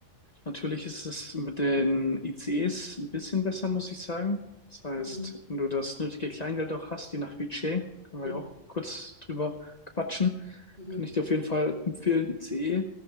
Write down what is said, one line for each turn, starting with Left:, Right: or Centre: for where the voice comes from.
Left: Natürlich ist es mit den ICEs ein bisschen besser, muss ich sagen. Das heißt,
Right: Mhm.
Left: wenn du das nötige Kleingeld auch hast, je nach Budget, können
Right: Mhm.
Left: wir ja auch kurz drüber quatschen,
Right: Mhm.
Left: kann ich dir auf jeden Fall empfehlen, ICE